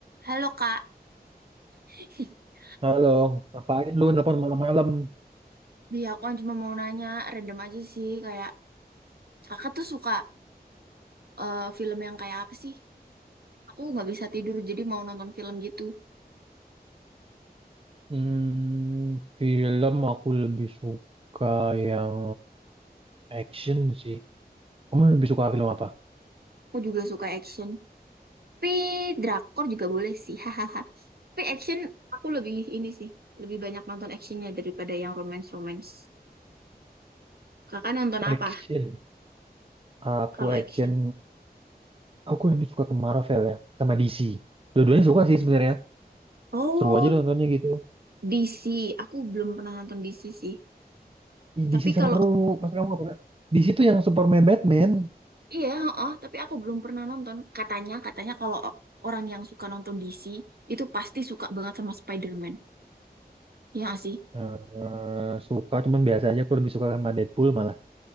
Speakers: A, on the right; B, on the right.
A: Halo Kak, <laughs>
B: Halo, ngapain lu nelpon malam-malam?
A: dia aku kan cuma mau nanya random aja sih kayak Kakak tuh suka eh, film yang kayak apa sih? Aku nggak bisa tidur jadi mau nonton film gitu.
B: Hmm, film aku lebih suka yang action sih. Kamu lebih suka film apa?
A: Aku juga suka action, tapi drakor juga boleh sih, <laughs> hahaha. Tapi action aku lebih ini sih, lebih banyak nonton actionnya daripada yang romance-romance. Kakak nonton
B: Action.
A: apa
B: Aku
A: kalau
B: action.
A: action?
B: Aku lebih suka ke Marvel ya, sama DC. Dua-duanya suka sih sebenarnya.
A: Oh,
B: Seru aja nontonnya gitu.
A: DC. Aku belum pernah nonton DC sih.
B: Ih,
A: Tapi
B: DC seru.
A: kalau
B: Pasti kamu nggak pernah. DC tuh yang Superman, Batman.
A: Iya, heeh, tapi aku belum pernah nonton. Katanya, katanya kalau orang yang suka nonton DC itu pasti suka banget sama Spider-Man. Iya nggak sih?
B: Eh, suka, cuman biasa aja. Aku lebih suka sama Deadpool malah.